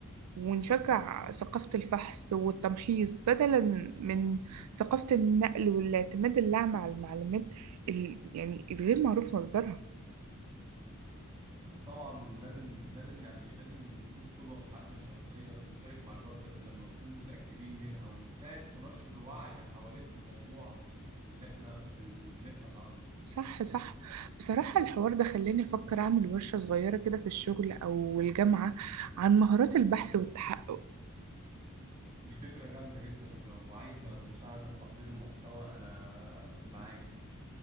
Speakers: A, on the right; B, on the right.
A: ونشجع ثقافة الفحص والتمحيص بدلا من ثقافة النقل والاعتماد الأعمى على المعلومات ال... يعني الغير معروف مصدرها
B: وطبعا لازم لازم يعني لازم نكون قدوة في حياتنا الشخصية نشارك معلومات بس لما نكون متأكدين منها ونساعد في نشر الوعي حوالين الموضوع اللي احنا ب ب بنبحث عنه
A: صح صح بصراحة الحوار ده خلاني أفكر أعمل ورشة صغيرة كده في الشغل أو الجامعة عن مهارات البحث والتحقق
B: دي فكرة جامدة جدا ولو عايزة مساعدة في تحضير المحتوى أنا معاك